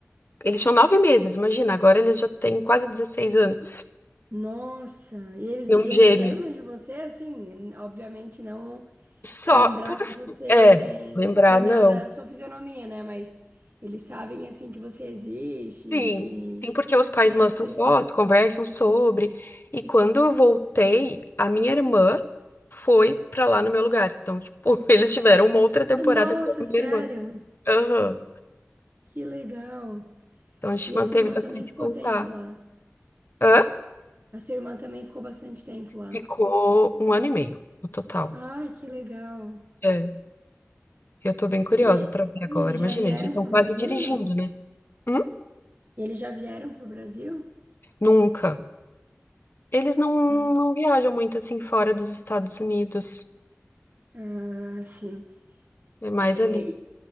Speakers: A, on the left; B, on the right.
A: eles tinham nove meses, imagina, agora eles já têm quase 16 anos.
B: Nossa, e eles,
A: São
B: e eles
A: gêmeos.
B: lembram de você, assim, obviamente não
A: Só
B: lembrar
A: por.
B: que você,
A: É, lembrar,
B: lembrar
A: não.
B: da sua fisionomia, né? Mas eles sabem, assim, que você existe,
A: Sim,
B: que...
A: sim, porque os pais
B: Ah,
A: mostram
B: que legal.
A: foto, conversam sobre. E quando eu voltei, a minha irmã foi pra lá no meu lugar. Então, tipo, <laughs> eles tiveram uma outra temporada
B: Nossa,
A: com a minha
B: sério?
A: irmã. Aham.
B: Que legal.
A: Então a gente
B: E
A: manteve
B: a sua irmã
A: bastante
B: também ficou
A: contato.
B: tempo lá.
A: Hã?
B: A sua irmã também ficou bastante tempo lá.
A: Ficou um ano e meio no total.
B: Ai, que legal.
A: É, eu tô bem curiosa
B: E,
A: pra ver agora.
B: e eles
A: Imagina,
B: já vieram
A: eles estão
B: pro
A: quase
B: Brasil,
A: dirigindo,
B: não?
A: né? Hum?
B: E eles já vieram pro Brasil?
A: Nunca. Eles não,
B: Ah,
A: não viajam muito assim fora dos Estados Unidos.
B: ah, sim.
A: É mais
B: É,
A: ali.
B: e,